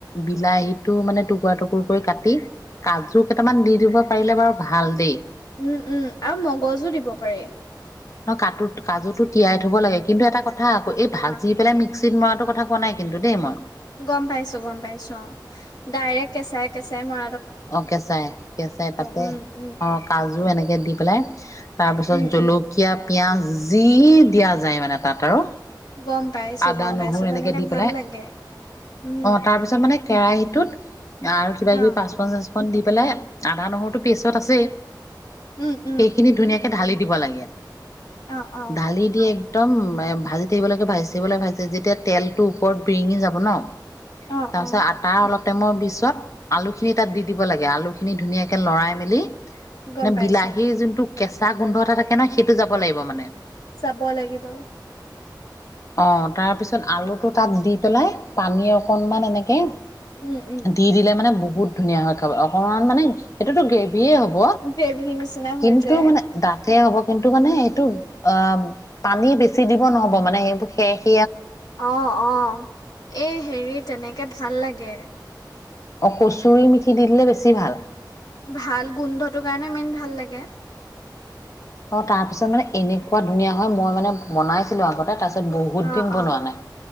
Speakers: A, on the left; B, on the left.
A: বিলাহীত মানে টু টুকুৰ কৰি কাটি কাজু কেইটামান দি দিব পাৰিলে বাৰু ভাল দেই
B: উম উম আৰু মগজো দিব পাৰি
A: অ কাজুটো তিয়াই থ'ব লাগে কিন্তু এটা কথা কথা আকৌ এই ভাজি
B: আহ
A: পেলাই মিক্স মিচকি ত‌‌মৰাটো কথা কোৱা নাই কিন্তু দেই মই
B: গম পাইছো গম পাইছো অঁ ডাইৰেক্ কেঁচাই কেঁচাই মই
A: অঁ কেঁচাই কেঁচাই তাতে
B: উম উম
A: অঁ কাজু এনেকে দি পেলাই তাৰ পিছত
B: উম
A: জলকীয়া
B: উম
A: পিঁয়াজ যি দিয়া যায় মানে তাত আৰু
B: গম পাইছো
A: আদা
B: গম
A: নহৰু
B: পাইছো
A: এনেকে
B: তেনেকে
A: দি
B: ভাল
A: পেলাই
B: লাগে উম
A: অঁ তাৰ পিছত মানে কেৰাহীটোত আৰু কিবা
B: অ
A: কিবি পাচ পাচপন চাচ পন দি পেলাই আদা নহৰুটো পেছত আছে
B: উম উম
A: সেইখিনি ধুনীয়াকে ঢালি দিব লাগে ইয়াত
B: অ অ
A: ঢালি দিয়ে একদম এ ভাজি থাকিব লাগে ভাজি থাকিব লাগে ভাজি যেতিয়া তেলটো ওপৰত বিৰিঙি যাব ন
B: অ
A: তাৰপিছত
B: অ
A: আটা অলপ আমৰ পিছত আলু খিনি তাত দি দিব লাগে আলু খিনি ধুনীয়াকে লৰাই মেলি
B: গম
A: মানে
B: পাইছো
A: বিলাহীৰ জোনটো কেঁচা গোন্ধ এটা থাকে ন সেইটো যাব লাগিব মানে
B: চাব লাগিব
A: অঁ তাৰপিছত আলুটো তাত দি পেলাই পানী অকনমান এনেকে
B: উম উম
A: দি দিলে মানে বহুত ধুনীয়া হয় খাব অকণমান মানে সেইটোতো গেভি বি হ'ব
B: গ্ৰেভি নিচিনা হৈ
A: কিন্তু
B: যায়
A: মানে দাঠ হ'ব কিন্তু মানে এইটো অঁ পানী বেছি দিব নহব মানে সেইবোৰ শেষ
B: অঁ অঁ এই হেৰি তেনেকে ভাল লাগে
A: অকুচ পুৰি মিঠি দি দিলে বেছি ভাল
B: ভাল গোন্ধটো কাৰণে মেইন ভাল লাগে
A: অঁ তাৰ পিছত মানে এনেকুৱা ধুনীয়া হয় মই মানে বনাইছিলো আগতে তাৰপিছত ত বহুত
B: অ
A: দিন বনোৱা
B: অ
A: নাই